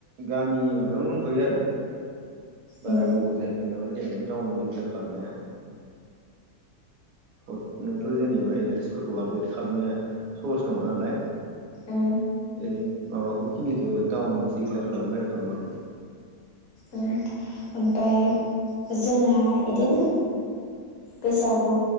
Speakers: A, on the right; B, on the left.
A: गामि माबायावनो दंथ'यो आरो बारा
B: उम
A: गोबाव जायाखै नालाय जेनेबा टाउन दििक्लेयार खालामनाया हरनोथ' जेनेबा एड्रेसफोरखौ आपडेट खालामनाया सर्स नङा नालाय
B: उम
A: ओरै माबाखौ खिनिखौ टाउन दिडिक्लयार खालामबाय आरोखाबनिनो
B: ओमफ्राय जोंना इदिनो गोसआवबो